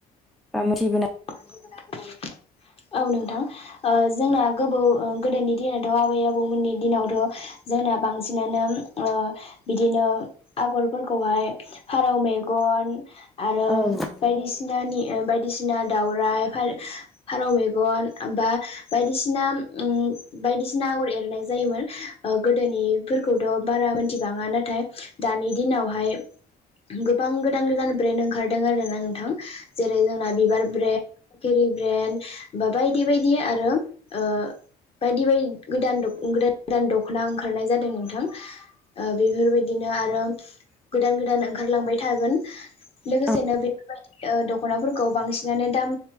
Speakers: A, in the centre; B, on the left.
A: बा मिथि
B: <unintelligible> औ नोंथां ओ जोंना गोबौ गोदोनि दिनावथ' आबै आबौमोननि दिनावथ' जोंना बांसिनानो बिदिनो आगरफोरखौहाय फारौ मेगन आरो
A: औ नंगौ
B: बायदिसिनानि बायदिसिना दावराइ फारौ मेगन बा बायदिसिना बायदिसिना आगर एरनाय जायोमोन गोदोनिफोरखौथ' बारा मोनथिबाङा नाथाय दानि दिनावहाय गोबां गोदान गोदान ब्रेन्ड ओंखारदों आरो ना नोंथां। जेरै जोंना बिबार फिरि ब्रेन्ड बा बायदि बायदि आरो ओ बायदि बायदि गोदान गोदान गोदान दख'ना ओंखारनाय जादों नोंथां ओ बेफोरबायदिनो आरो गोदान गोदान ओंखारलांबाय थागोन लोगोसेनो
A: औ
B: बेफोरबायदि दख'नाफोरखौ बांसिनानो दाम